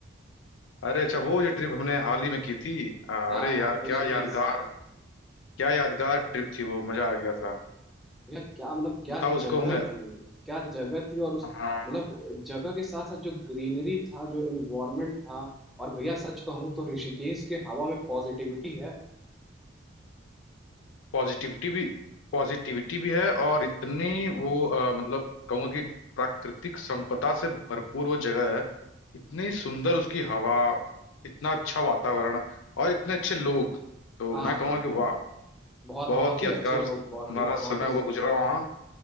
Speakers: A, on the left; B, in the centre.
A: अरे अच्छा वो जो ट्रिप हमने हाल ही में की थी अ, अरे
B: हाँ
A: यार
B: हाँ ऋषिकेश
A: क्या यादगार क्या यादगार ट्रिप थी वो मजा आ गया था
B: भैया क्या मतलब क्या
A: बताओ उसको
B: जगह
A: हमें
B: थी क्या जगह थी और उस
A: हाँ
B: मतलब जगह के साथ साथ जो ग्रीनरी था जो इन्वायरमेंट था और भैया सच कहूँ तो ऋषिकेश के हवा में पॉजिटिविटी है
A: पॉजिटिविटी भी पॉजिटिविटी भी है और इतनी वो अ, मतलब कहूंगा कि प्राकृतिक संपदा से भरपूर वो जगह है इतनी सुंदर उसकी हवा इतना अच्छा वातावरण और इतने अच्छे लोग तो
B: हाँ
A: मैं कहूंगा
B: हाँ भैया
A: कि वाह
B: बहुत
A: बहुत
B: बहुत ही
A: यादगार
B: अच्छे लोग बहुत
A: हमारा
B: ही बहुत
A: समय
B: ही सही
A: हुआ गुजरा वहाँ